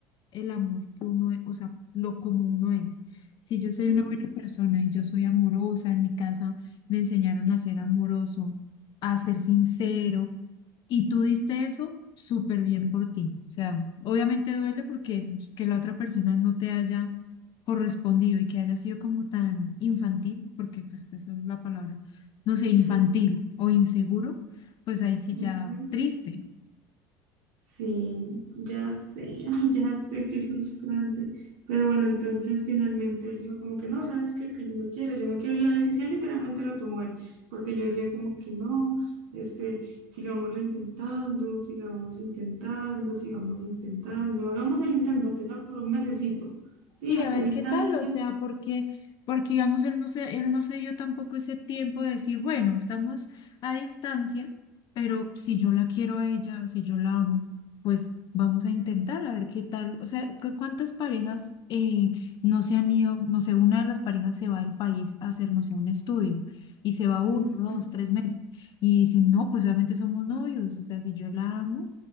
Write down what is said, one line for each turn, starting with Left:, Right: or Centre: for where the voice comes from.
Left: el amor que uno es, o sea, lo como uno es. Si yo soy
Right: ujú,
Left: una buena persona y yo soy amorosa, en mi casa me enseñaron a ser amoroso, a ser sincero, y tú diste eso súper bien por ti. O sea, obviamente duele porque pues, que la otra persona no te haya correspondido y que haya sido como tan infantil, porque pues eso es la palabra, no sé, infantil
Right: sí,
Left: o inseguro, pues ahí sí
Right: ujú.
Left: ya triste.
Right: Sí, ya sé, <laughs> ay, ya sé, qué frustrante. Pero bueno, entonces finalmente él dijo como que no, ¿sabes qué? Es que yo no quiero, yo no quiero. Y la decisión literalmente la tomó él, porque yo decía como que no, este, sigámoslo intentando, sigamos intentando, sigamos intentando, hagamos el intento, que sea por un mesecito,
Left: Sí,
Right: ¿sí? Hacia
Left: a ver
Right: distancia.
Left: qué tal, o sea, porque, porque digamos, él no se, él no se dio tampoco ese tiempo de decir, bueno, estamos a distancia, pero si yo la quiero a ella, si yo la amo, pues vamos a intentar a ver qué tal. O sea, cu- ¿cuántas parejas eh, no se han ido? No sé, una de las parejas se va del país a hacer, no sé, un estudio y se va uno,
Right: Ujú.
Left: dos, tres meses y dicen, no, pues obviamente somos novios, o sea, si yo la amo.